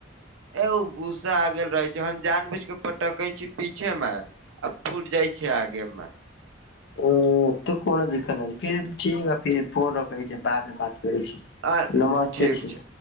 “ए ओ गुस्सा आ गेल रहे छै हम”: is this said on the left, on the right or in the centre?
Right